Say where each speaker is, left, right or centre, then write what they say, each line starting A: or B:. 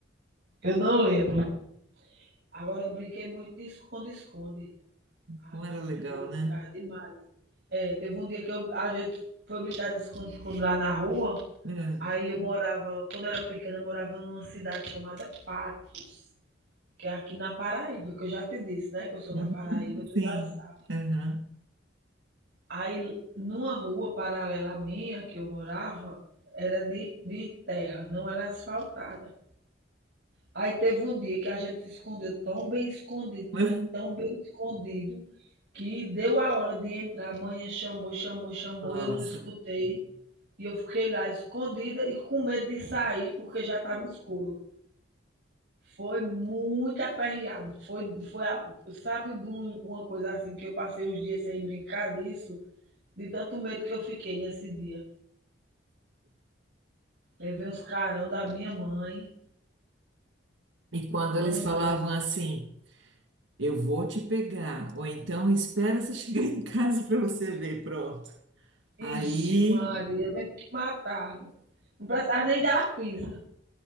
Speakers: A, on the right (about 60°); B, on the right (about 80°).
A: Eu não lembro. Agora, eu brinquei muito de esconde-esconde. Ah,
B: Como era legal,
A: Maria, eu brincava
B: né?
A: demais. É, teve um dia que eu- a gente foi brincar de esconde-esconde lá na rua.
B: É.
A: Aí eu morava, quando eu era pequena, eu morava numa cidade chamada Patos. Que é aqui na Paraíba, que eu já te disse, né, que eu sou
B: Uhum,
A: da Paraíba, tu
B: sim.
A: já sabe.
B: Aham.
A: Aí numa rua paralela à minha que eu morava, era de, de terra, não era asfaltada. Aí teve um dia que a gente se escondeu tão bem escondido,
B: Mas,
A: mas tão bem escondido, que deu a hora de entrar. A mãe chamou, chamou, chamou,
B: nossa.
A: eu não escutei. E eu fiquei lá escondida e com medo de sair, porque já estava escuro. Foi muito aperreado. Foi, foi a- sabe, de um- uma coisa assim que eu passei os dias sem brincar disso, de tanto medo que eu fiquei nesse dia. Levei uns carão da minha mãe,
B: E quando
A: tão
B: eles falavam
A: grande.
B: assim, eu vou te pegar, ou então espera você chegar em casa para você ver, pronto.
A: Ixi,
B: Aí,
A: Maria, mas que matar. Não precisava nem dar a pisa.